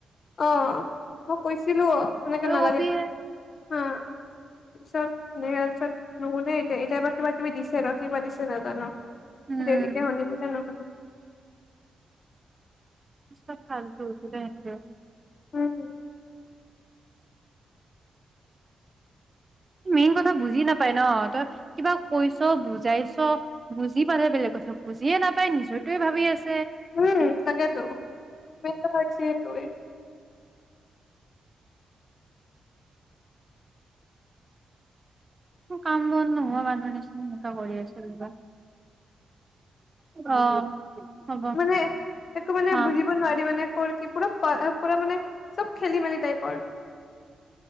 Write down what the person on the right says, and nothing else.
তই
কবিয়ে
উম
আ খালতছ ব একে
মেইন কথা বুজি নাপাই ন তই কিবা কৈছ বুজাইছ বুজি পালে বেলেগ কথা বুজিয়ে নাপাই নিজয় টোয়ে ভাবি আছ
কাম বন নোহোৱা মানুহ নিচিনা এনেুৱা কৰি আছে ৰিবা অ হ'ব
অ